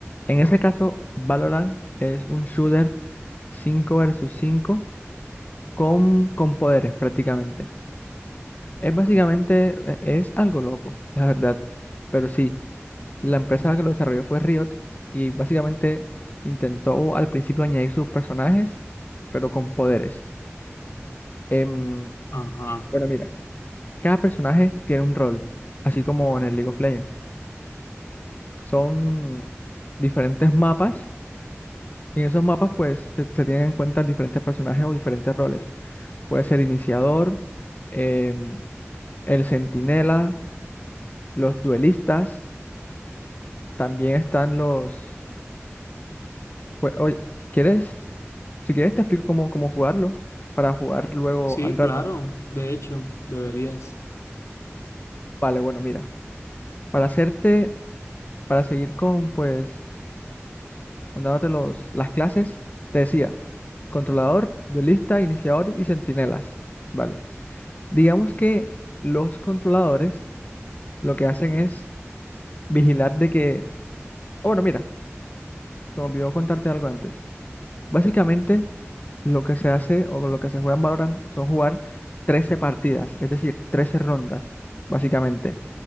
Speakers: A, on the left; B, on the left.
A: En ese caso, Valorant es un shooter 5 versus 5 con, con poderes prácticamente. Es básicamente, eh, es algo loco, la verdad, pero sí. La empresa que lo desarrolló fue Riot y básicamente intentó al principio añadir sus personajes, pero con poderes. Em,
B: Ajá.
A: bueno, mira, cada personaje tiene un rol, así como en el League of Legends. Son diferentes mapas y en esos mapas pues se, se tienen en cuenta diferentes personajes o diferentes roles. Puede ser iniciador, em, el centinela, los duelistas, también están los... pues, oye, ¿quieres? Si quieres, te explico cómo, cómo jugarlo para jugar luego
B: Sí,
A: al rato.
B: claro, de hecho, deberías.
A: Vale, bueno, mira, para hacerte, para seguir con, pues, con dándote los, las clases, te decía, controlador, duelista, iniciador y centinelas. Vale. Digamos que los controladores lo que hacen es vigilar de que, oh, bueno, mira, se me olvidó contarte algo antes. Básicamente, lo que se hace o lo que se juega en Valorant son jugar 13 partidas, es decir, 13 rondas, básicamente.